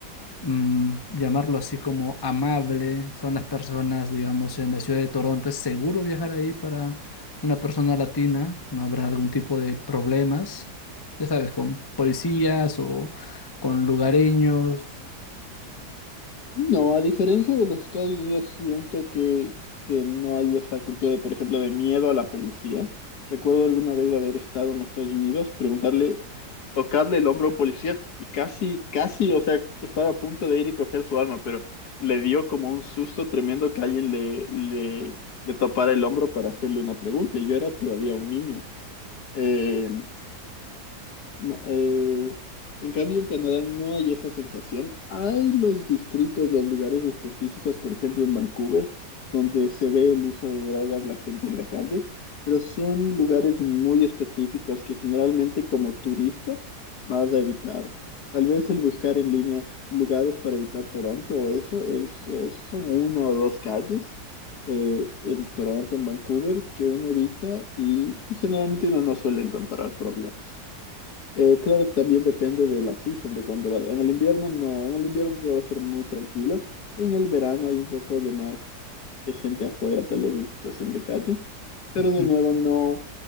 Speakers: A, on the left (about 25°); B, on the left (about 70°).
A: mm, llamarlo así como amable son las personas, digamos, en la ciudad de Toronto. ¿Es seguro viajar ahí para una persona latina? ¿No habrá algún tipo de problemas? Ya sabes, con policías o con lugareños.
B: No, a diferencia de los Estados Unidos, siento que, que no hay esa cultura, por ejemplo, de miedo a la policía. Recuerdo alguna vez haber estado en Estados Unidos, preguntarle, tocarle el hombro a un policía y casi, casi, o sea, estaba a punto de ir y coger su arma, pero le dio como un susto tremendo que alguien le, le, le topara el hombro para hacerle una pregunta y yo era todavía un niño. Eh, Ma- eh, en cambio, en Canadá no hay esa sensación. Hay los distritos, los lugares específicos, por ejemplo, en Vancouver, donde se ve el uso de drogas, la gente en la calle, pero son lugares muy específicos que generalmente como turista vas a evitar. Tal vez el buscar en línea lugares para evitar Toronto o eso es, es- son una o dos calles. eh, en Toronto, en Vancouver, que uno evita y, y generalmente uno no suele encontrar problemas. Eh, claro que también depende de la season, de cuando vaya. En el invierno no, en el invierno todo va a ser muy tranquilo. En el verano hay un poco de más de gente afuera, tal vez en situación de calle, pero
A: Ujú.
B: de nuevo no,